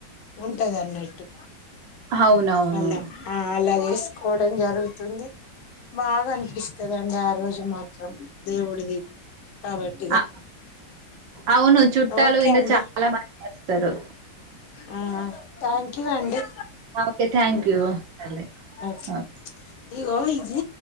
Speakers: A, on the left (about 85°); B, on the right (about 70°).
A: ఉంటందన్నట్టు ట్టు
B: అవునవును
A: అలా ఆ అలాగే కోవడం జరుగుతుంది బాగా అనిపిస్తుందండి ఆ రోజు మాత్ త్రం దేవుడిది కాబట్టిగా
B: ఆ అవును చుట్టాలు
A: ఓకే
B: ఇంత
A: అండి
B: చాలా మంది వస్తారు
A: ఆ థ్యాంక్ కీవండి
B: ఓకే థ్యాంక్ యూ సరే
A: ఓకే
B: ఒకే
A: ఇగో ఇది